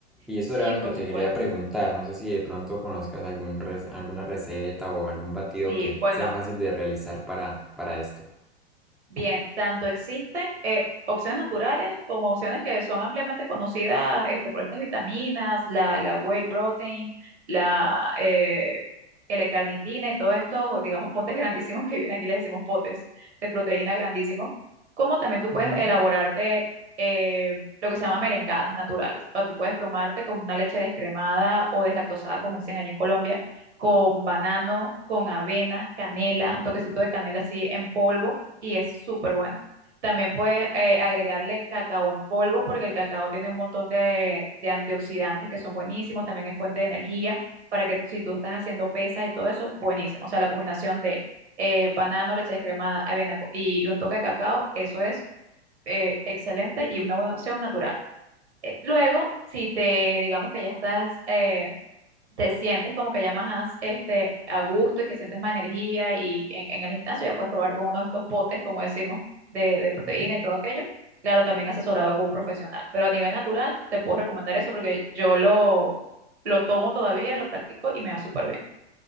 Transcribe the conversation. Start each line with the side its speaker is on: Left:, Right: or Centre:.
Centre: y eso
Right: Sí,
Centre: era lo
Right: por
Centre: que te
Right: supuesto.
Centre: quería preguntar. No sé si de pronto conozcas algún rec- alguna receta o algún batido
Right: Sí,
Centre: que
Right: bueno,
Centre: sea fácil de realizar para, para esto.
Right: Bien, tanto existen eh, opciones naturales como opciones que son ampliamente conocidas este, por estas vitaminas, la, la whey protein, la eh, L-carnitina y todos estos, digamos, potes grandísimos que vienen aquí, les decimos potes de proteína grandísimos, como también tú puedes
Centre: Ujú,
Right: elaborarte eh, lo que se llama merengadas naturales. O sea, tú puedes tomarte como una leche descremada o deslactosada, como dicen allá en Colombia, con banano, con avena, canela, un toquecito de canela así en polvo y es súper buena. También puedes eh, agregarle cacao en polvo porque el cacao tiene un montón de, de antioxidantes que son buenísimos, también es fuente de energía para que si tú estás haciendo pesas y todo eso, buenísimo. O sea, la combinación de eh, banano, leche descremada, avena co- y un toque de cacao, eso es eh, excelente y una buena opción natural. Eh, luego, si te digamos que ya estás eh, te sientes como que ya más este, a gusto y que sientes más energía y en, en el gimnasio ya puedes probar con uno de estos potes, como decimos, de, de proteína
Centre: ujú.
Right: y todo aquello. Claro, también asesorado con un profesional, pero a nivel natural te puedo recomendar eso porque yo lo, lo tomo todavía, lo practico y me va súper bien.